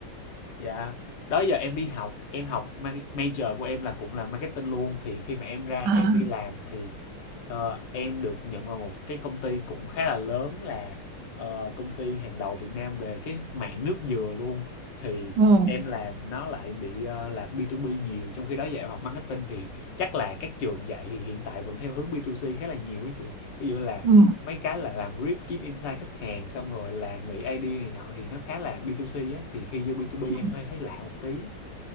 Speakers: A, on the left (about 60°); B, on the right (about 65°).
A: dạ đó giờ em đi học em học ma- major của em là cũng là marketing luôn thì khi mà em ra
B: À,
A: em đi làm thì ờ, em được nhận vào một cái công ty cũng khá là lớn là ờ, công ty hàng đầu Việt Nam về cái mảng nước dừa luôn thì
B: ồ,
A: em làm nó lại bị ờ, là B2B nhiều trong khi đó giờ em học marketing thì chắc là các trường dạy thì hiện tại vẫn theo hướng B2C khá là nhiều á chị ví dụ là
B: ừ.
A: mấy cái là làm rip kiếm insight khách hàng xong rồi là nghĩ ID này nọ thì nó khá là B2C á thì khi vô B2B
B: ừ.
A: em hơi thấy lạ một tí